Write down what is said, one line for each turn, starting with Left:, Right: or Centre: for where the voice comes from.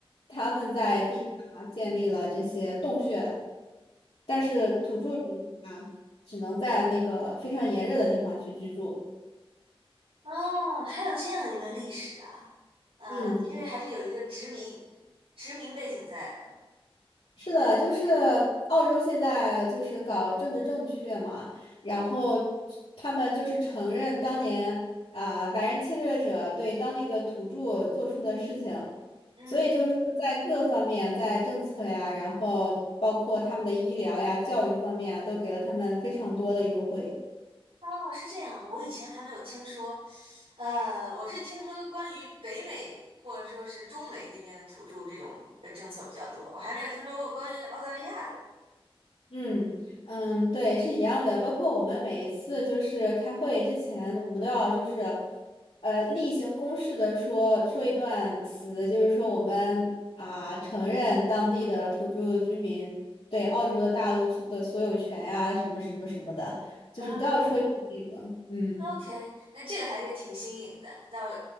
Left: 他们在地下建立了这些洞穴。但是土著人啊，只能在那个非常炎热的地方去居住。
Right: 哦，还有这样一个历史啊，嗯、
Left: 嗯，
Right: 其实还是有一个殖民殖民背景在的。
Left: 是的，就是澳洲现在就是搞政治正确嘛，然后他们就是承认当年啊、白人侵略者对当地的土著做出的事情，
Right: 嗯。
Left: 所以就是说在各方面，在政策呀，然后包括他们的医疗呀、教育方面啊都给了他们非常多的优惠。
Right: 哦，是这样，我以前还没有听说，呃，我是听说关于北美或者说是中美那边的土著这种呃政策比较多，我还没有听说过关于澳大利亚的。
Left: 嗯嗯，对，是一样的。包括我们每一次就是开会之前，我们都要就是，呃，例行公事的说说一段词，就是说我们啊、承认当地的土著居民对澳洲的大陆所的所有权呀、什么什么什么的，就是都要说一句这个。
Right: 嗯。
Left: 嗯，
Right: OK，那这个还是挺新颖的。到